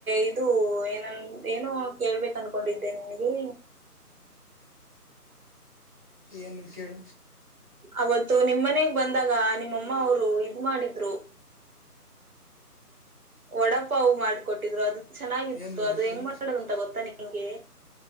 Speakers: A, on the right (about 65°); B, on the left (about 30°).
A: ಇದು ಏನನ್ ಏನೋ ಕೇಳ್ಬೇಕ ಅನ್ಕೊಂಡಿದ್ದೆ ನನ್ಗೆ.
B: ಏನು ಕೇಳ.
A: ಅವತ್ತು ನಿಮ್ಮ್ ಮನೆಗ್ ಬಂದಾಗ ನಿಮ್ಮಮ್ಮ ಅವರು ಇದ್ ಮಾಡಿದ್ರು. ವಡಪ ಮಾಡ್ಕೊಟ್ಟಿದ್ರು ಅದ. ಚೆನ್ನಾಗಿತ್ತು
B: ಏನು ಮಾಡಿದ್ರು
A: ಅದು ಹೆಂಗ್ ಮಾಡದಂತ ಗೊತ್ತ ನಿ. ನಿಗೆ